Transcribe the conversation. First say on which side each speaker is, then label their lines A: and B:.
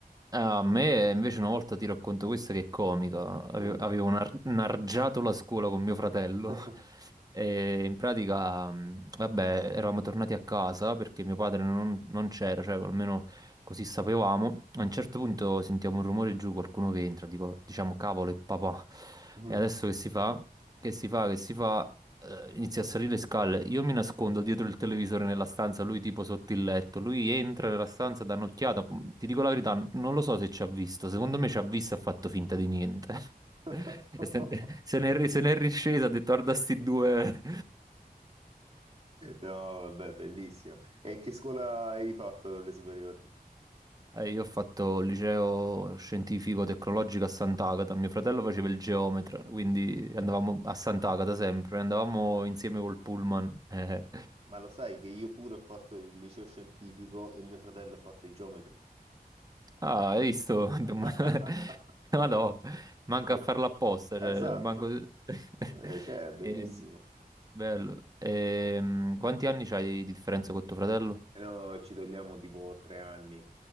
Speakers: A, on the right; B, on the right.
A: Ah, A me invece una volta ti racconto questo che è comica. Ave-
B: Mm.
A: Avevo nar- nargiato la scuola con mio fratello
B: <laughs>
A: <laughs> e in pratica, mh, vabbè, eravamo tornati a casa perché mio padre non, non c'era, cioè almeno così sapevamo. A un certo punto sentiamo un rumore giù, qualcuno che entra, dico, diciamo, cavolo, è papà.
B: Mm.
A: E adesso che si fa? Che si fa? Che si fa? eh, inizia a salire le scale. Io mi nascondo dietro il televisore nella stanza, lui tipo sotto il letto. Lui entra nella stanza, dà un'occhiata. Ti dico la verità, non lo so se ci ha visto. Secondo me ci ha visto e ha fatto finta di niente. <laughs>
B: <laughs>
A: E se, se n'è ri- se n'è riscesa, ha detto guarda sti due.
B: No, vabbè, bellissimo. E che scuola hai fatto alle superiori?
A: Eh, io ho fatto il liceo scientifico tecnologico a Sant'Agata, mio fratello faceva il geometra, quindi andavamo a Sant'Agata sempre, andavamo
B: Ma,
A: insieme col pullman. eh.
B: ma lo sai che io pure ho fatto il liceo scientifico e mio fratello ha fatto i geometri.
A: Ah, hai visto? <laughs>
B: <laughs>
A: No, no, manca
B: No,
A: a farlo apposta,
B: Esatto,
A: cioè, manco... <laughs>
B: Eh, cioè, è bellissimo.
A: Eh, bello. Ehm, quanti anni c'hai di differenza con tuo fratello?
B: No, ci togliamo tipo tre anni